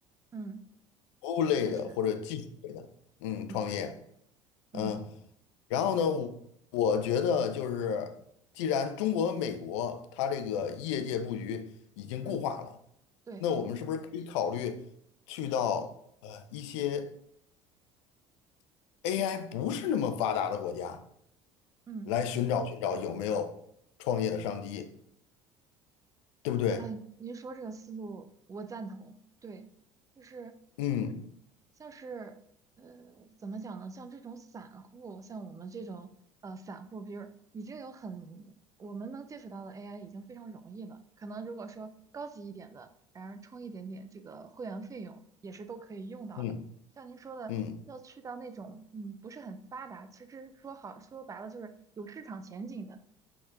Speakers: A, on the right; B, on the left.
A: 嗯，
B: 服务类的或者技术类的，
A: 确实，
B: 嗯，
A: 嗯
B: 创业，
A: 嗯
B: 嗯，然后呢，我我觉得就是既然中国和美国它这个业界布局已经固化了，
A: 嗯，对，
B: 那我们是不是可以考虑去到呃一些
A: 是，
B: AI
A: 对，
B: 不是那么发达的国家？
A: 嗯，
B: 来寻找寻找有没有创业的商机，对不对？
A: 哎，您说这个思路我赞同，对，就是
B: 嗯
A: 像是呃，怎么讲呢？像这种散户，像我们这种呃散户，比如已经有很我们能接触到的 AI 已经非常容易了。可能如果说高级一点的，然后充一点点这个会员费用，也是都可以用到的。
B: 嗯
A: 像您说的，
B: 嗯嗯。
A: 要去到那种嗯不是很发达，其实说好说白了就是有市场前景的